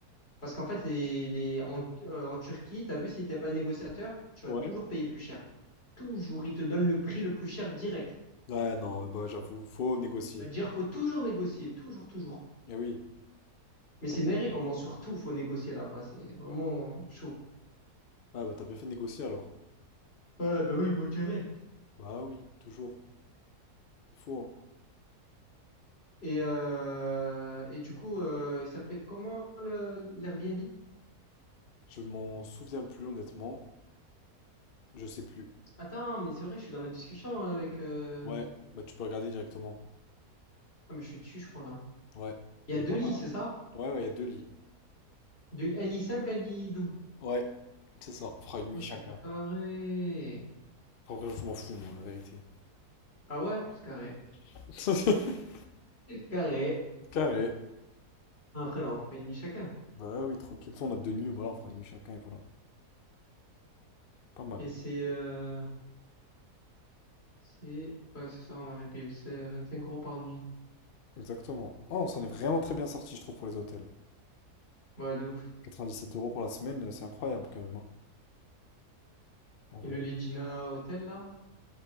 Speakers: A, on the left (about 40°); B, on the left (about 65°).
A: Parce qu'en fait, les, les, en, euh, en Turquie, tu as vu, si t'es pas négociateur, tu vas
B: Ouais.
A: toujours payer plus cher. Toujours, ils te donnent le prix le plus cher direct.
B: Ouais, non, ouais, bah j'avoue, faut négocier.
A: C'est-à-dire, faut toujours négocier, toujours, toujours.
B: Eh oui,
A: Mais c'est
B: t'as bien
A: néré
B: fait.
A: comment surtout faut négocier là-bas, c'est vraiment chaud.
B: Ouais, bah t'as bien fait de négocier, alors.
A: Ouais, bah oui, moi direct.
B: Bah oui, toujours. Il faut, hein.
A: Et, euh, et du coup, euh, il s'appelait comment le, l'Airbnb?
B: Je m'en souviens plus, honnêtement. Je sais plus.
A: Attends, mais c'est vrai, je suis dans la discussion avec... euh,
B: Ouais, bah tu peux regarder directement.
A: Ah, mais je suis dessus, je crois, là.
B: Ouais.
A: Il y
B: Il
A: a deux
B: est pas
A: lits,
B: mal, hein.
A: c'est ça?
B: Ouais, ouais, il y a deux lits.
A: Deux- un lit simple, un lit double.
B: Ouais, c'est ça. On fera une nuit
A: Oh, c'est
B: chacun.
A: carré.
B: En vrai, je m'en fous, moi, la vérité.
A: Ah ouais, c'est carré.
B: <laughs>
A: Carré.
B: Carré.
A: Après, on fait une nuit chacun.
B: Bah ouais, oui, tranquille. on a deux nuits, voilà, on fera une nuit chacun et voilà. Pas mal.
A: Et c'est... euh, c'est... Ouais, c'est ça, on avait payé c'est cinq euros par nuit.
B: Exactement. Non, on s'en est vraiment très bien sorti, je trouve, pour les hôtels.
A: Ouais, de ouf.
B: 97 euros pour la semaine, c'est incroyable quand même, hein, en
A: Et
B: vrai.
A: le Legina Hotel, là?